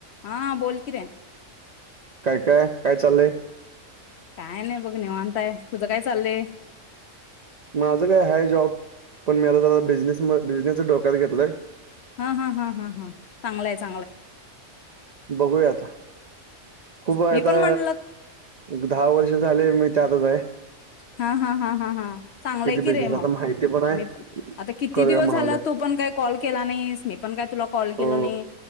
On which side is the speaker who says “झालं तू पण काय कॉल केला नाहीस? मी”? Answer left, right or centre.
Left